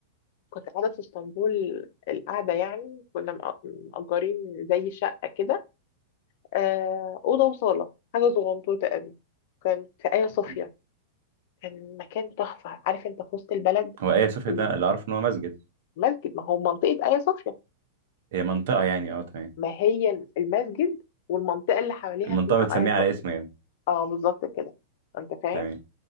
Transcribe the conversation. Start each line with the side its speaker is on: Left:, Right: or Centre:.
Left: كنت قاعدة في اسطنبول القعدة يعني كنا مأ- مأجرين زي شقة كده آه، أوضة وصالة حاجة صغنطوطة قوي كانت في آيا صوفيا
Right: مهم.
Left: كان مكان تحفة عارف انت في وسط البلد
Right: هو ايا صوفيا
Left: ومسجد
Right: ده اللي اعرف ان هو مسجد
Left: ما هو منطقة آيا صوفيا
Right: هي منطقه يعني اه تمام
Left: ما هي المسجد والمنطقة اللي حواليها
Right: المنطقة
Left: اسمها
Right: متسمية
Left: آيا
Right: على
Left: صوفيا
Right: اسمه يعني
Left: اه بالظبط كده انت فاهم
Right: تمام